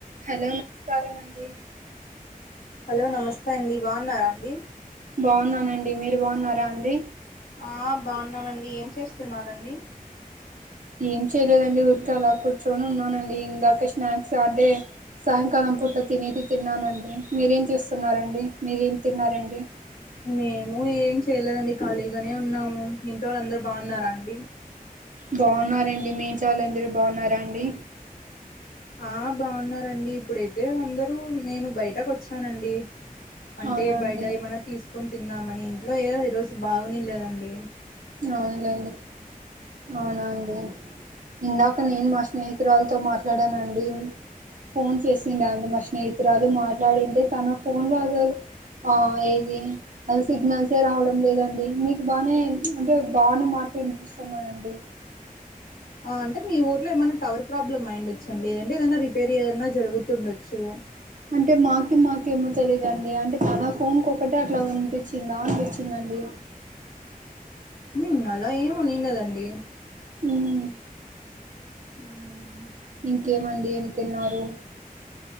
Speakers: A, on the right; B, on the left.
A: Hello నమస్కారం అండి
B: hello నమస్తే అండి బాగున్నారా అండి
A: బాగున్నానండి మీరు బాగున్నారా అండి
B: ఆ బాగున్నామండి ఏం చేస్తున్నారండి
A: ఏం చేయలేదండి ఊరికే అలా కూర్చొని ఉన్నానండి ఇందాకే స్నాక్స్ అదే సాయంకాలం పూట్ల తినేది తిన్నానండి మీరేం చే స్తున్నారండి మీరేం తిన్నారండి
B: మేము ఏం చేయలేదండి ఖాళీగానే ఉన్నాము ఇంట్లో వాళ్ళు అందరు బాగున్నారా అండి
A: బాగున్నారండి మీ ఇంట్లో వాళ్ళందరూ బాగున్నారా అండి
B: ఆ బాగున్నారండి ఇప్పుడైతే అందరు నేను బయటకు వచ్చి అండి అంటే
A: అవునా అండి
B: బయట ఏమన తీసుకొని తిన్నామని ఇంట్లో ఈ రోజు బాగునే లేదండి
A: అవును లేండి అవునాండి ఇందాక నేను మా స్నేహితురాలతో మాట్లాడానండి ఫోన్ చేసిండ అంటే మా స్నేహితురాలు మాట్లాడింటే తన ఫోన్ రాదు ఆ ఏది అది సిగ్నల్సే రావడం లేదండి మీకు బానే అంటే బాగానే మాటలు వినిపిస్తు స్తున్నాయండి
B: ఆ అంటే మీ ఊర్లో ఏమైనా టవర్ ప్రాబ్లమ్ అయ్యండొచ్చ అండి ఏదంటే ఏదైనా రిపేర్ ఏదనా జరుగుతుండొచ్చు
A: అంటే మాక మాకేమో తెలియదుండి అంటే చాలా ఫోన్కి ఒకటే అట్లా అనిపించిందా అనిపించిందండి
B: ఉం అలా ఏంనిండదండి
A: ఉం
B: ఉం
A: ఇంకేమండి ఏం తిన్నారు